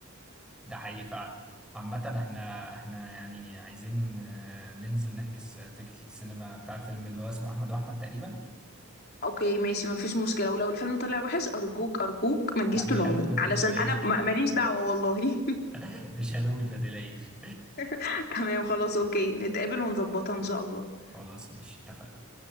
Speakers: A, in the centre; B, on the left.
A: ده حقيقي فعلا عامة احنا احنا يعني عايزين آه، ننزل نحجز آه، تيكت السينما بتاع الفيلم اللي هو اسمه احمد واحمد تقريبا
B: اوكي ماشي مفيش مشكله ولو الفيلم طلع وحش ارجوك ارجوك ما تجيش
A: لا
B: تلومني
A: مش هلومك
B: علشان
A: ما تقلقيش
B: انا ما- ماليش دعوه والله
A: <laughs> مش هلومك ما تقلقيش
B: <laughs> تمام خلاص اوكي نتقابل ونظبطها ان شاء الله
A: خلاص ماشي اتفقنا